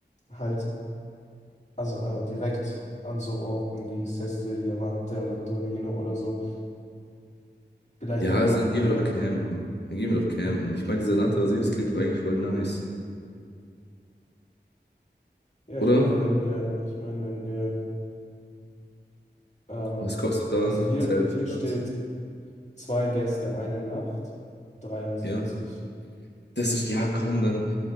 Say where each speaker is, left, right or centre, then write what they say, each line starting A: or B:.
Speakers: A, on the left (about 40°); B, on the left (about 70°).
A: halt, also äh, direkt an so Orten wie Sestri di Levante oder Torino oder so, vielleicht
B: ja,
A: dann
B: also
A: doch
B: dann gehen
A: eher.
B: wir doch campen. Dann gehen wir doch campen. Ich meine, dieser Natterer See, das klingt doch eigentlich voll nice,
A: Ja, ich
B: oder?
A: meine, wenn wir, ich meine, wenn wir, ähm,
B: Was kostet da
A: also hier,
B: Zelt,
A: hier steht
B: Platz?
A: zwei Gäste, eine Nacht, 73.
B: Ja, das ist, ja, komm, dann